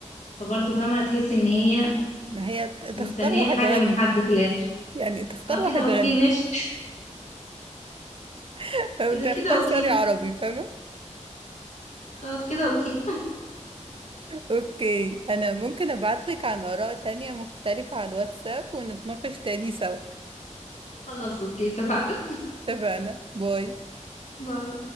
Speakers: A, on the left; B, on the right.
A: فبرضه فاهمة هتحس ان هي
B: ما هي ت- تختار
A: مستنية
B: واحد
A: حاجة
B: غني
A: من حد في الآخر
B: يعني تختار
A: اه
B: واحد
A: كده اوكي
B: غني
A: ماشي
B: <laughs>
A: <laughs>
B: فأنت
A: اذا كده
B: تختار
A: اوكي
B: سوري عربي فاهمة
A: خلاص كده اوكي
B: اوكي انا ممكن ابعتلك عن اراء تانية مختلفة على الواتساب ونتناقش تاني سوا
A: خلاص اوكي اتفقنا
B: اتفقنا باي
A: باي